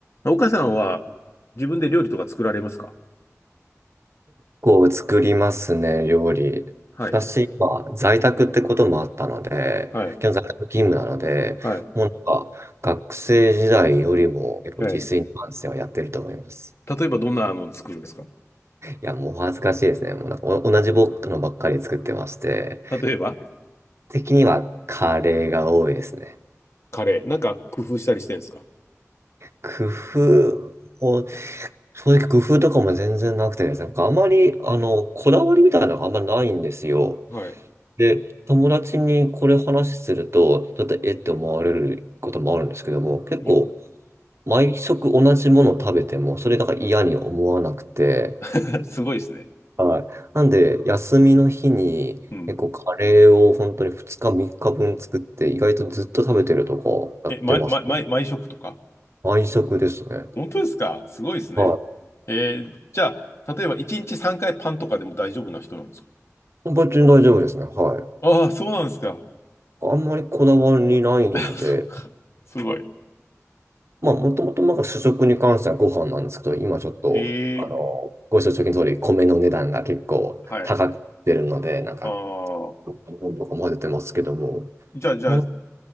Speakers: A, on the left (about 55°); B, on the right (about 55°).
A: 岡さんは自分で料理とか作られますか
B: 構作りますね、料理。
A: はい。はい。
B: 私、今在宅ってこともあったので、
A: はい。
B: 今日在宅勤務なので、
A: はい。
B: もうなんか、学生時代よりも結構自炊に関してはやってると思います。
A: はい。例えばどんなの作るんですか
B: いや、もうお恥ずかしいですね。もうなんかお同じ僕のばっかり作ってまして、
A: 例えば
B: 的にはカレーが多いですね。
A: カレー。なんか工夫したりしてるんですか
B: 工夫を、正直工夫とかも全然なくてですね、なんかあまり、あの、こだわりみたいなのがあんまないんですよ。
A: はい。
B: で、友達にこれ話すると、ちょっとえって思われることもあるんですけども、結構、
A: ね
B: 毎食同じものを食べても、それだから嫌に思わなくて、
A: <laughs> すごいですね。
B: はい。なんで、休みの日に、
A: うん。
B: 結構カレーを本当に2日3日分作って、意外とずっと食べてるとかやってますね。
A: え、ま、ま、ま、毎食とか
B: 毎食ですね。
A: 本当ですかすごいですね。
B: は
A: えーじゃあ、例えば1日3回パンとかでも大丈夫な人なんですか
B: い。別に大丈夫ですね。はい。
A: ああー、そうなんですか。
B: あんまりこだわりないので、
A: <laughs> そっかすごい。
B: まあ、もともとなんか主食に関してはご飯なんですけど、今ちょっと、
A: えー
B: あの、ご承知の通り、米の値段が結構高くてるので、
A: はい。
B: なんか、
A: ああ。
B: どんとか混ぜてますけども、
A: じゃあ、じゃあ、
B: まあ、